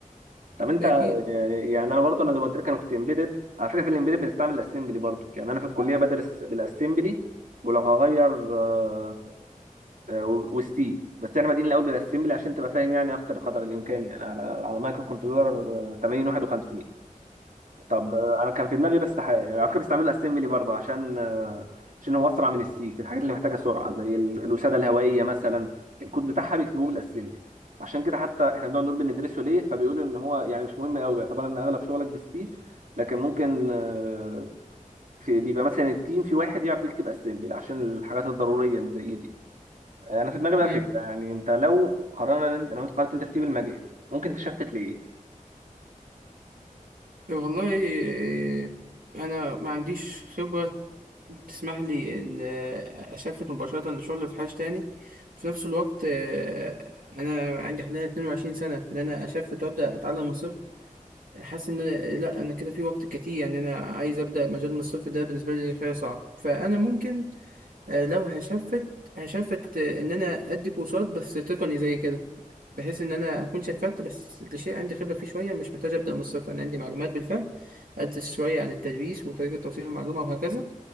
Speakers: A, on the right; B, on the right.
A: طب انت
B: اكيد
A: يعني انا برضه انا زي ما قلت لك انا كنت امبيدد على فكره في الامبيدد بنستعمل الاسمبلي برضه يعني انا في الكليه بدرس الاسمبلي ولو هغير آه، آه، والسي بس احنا بادئين الاول بالاسمبلي عشان تبقى فاهم يعني اكتر قدر الامكان يعني على على مايكرو كنترولر آه، 8051 طب آه، انا كان في دماغي بس ح... يعني على فكره بستعمله اسمبلي برضه عشان آه، عشان هو اسرع من السي في الحاجات اللي محتاجه سرعه زي ال- الوساده الهوائيه مثلا الكود بتاعها بيكتبوه بالاسمبلي عشان كده حتى احنا بنقعد نقول بندرسه ليه فبيقولوا ان هو يعني مش مهم قوي يعتبر ان اغلب شغلك بالسي لكن ممكن آه، في بيبقى مثلا التيم في واحد يعرف يكتب اسمبلي عشان الحاجات الضروريه اللي زي دي آه، انا في دماغي بقى
B: مم.
A: فكره يعني انت لو قررنا إن انت لو انت قررت انت تسيب المجال ممكن تشفت ليه
B: والله إيه، انا ما عنديش خبره تسمح لي ان آه، اسافر مباشره لشغل في حاجه تاني في نفس الوقت آه، انا عندي حاليا 22 سنه ان انا اسافر وابدا اتعلم من الصفر حاسس ان أنا لا انا كده في وقت كتير يعني انا عايز ابدا مجال من الصفر ده بالنسبه لي خيار صعب فانا ممكن آه، لو هشفت هشفت آه، ان انا ادي كورسات بس تقني زي كده بحيث ان انا اكون شفت بس لشيء عندي خبره فيه شويه مش محتاج ابدا من الصفر انا عندي معلومات بالفعل ادرس شويه عن التدريس وطريقه توصيل المعلومه وهكذا